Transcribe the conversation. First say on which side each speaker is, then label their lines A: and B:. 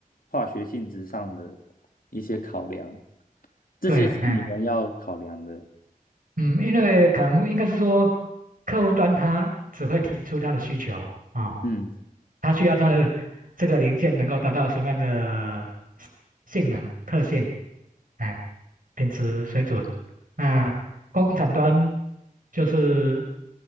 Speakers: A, on the left; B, on the right.
A: 化学性质上的一些考量，这些是你们要考量的。
B: 对，哎，嗯，因为可能应该是说，客户端他只会提出他的需求啊，哦
A: 嗯
B: 它需要它的这个零件能够达到什么样的性能特性，哎，品质水准。那工厂端就是